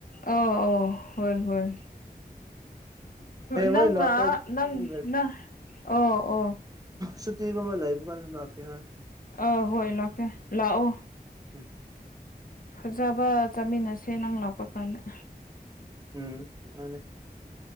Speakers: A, on the left (about 60°); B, on the right (about 20°).
A: ꯑ ꯑꯣ ꯍꯣꯏ ꯍꯣꯏ
B: ꯍꯌꯦꯡꯋꯥꯏ
A: ꯅꯪꯅ
B: ꯂꯥꯛꯀꯦ
A: ꯅꯪꯪ
B: ꯑꯗꯨꯝ
A: ꯑꯣ ꯑꯣ
B: ꯁꯨꯇꯤ ꯒꯨꯝꯕ ꯂꯩꯕ ꯀꯥꯟꯗ ꯂꯥꯛꯀꯦ ꯍꯣꯏ
A: ꯑ ꯍꯣꯏ ꯂꯥꯛꯀꯦ ꯂꯥꯛꯑꯣ
B: ꯎꯝ
A: ꯐꯖꯕ ꯆꯥꯃꯤꯟꯅꯁꯦ ꯅꯪ ꯂꯥꯛꯄ ꯀꯥꯟꯗ
B: ꯎꯝ ꯃꯥꯅꯦ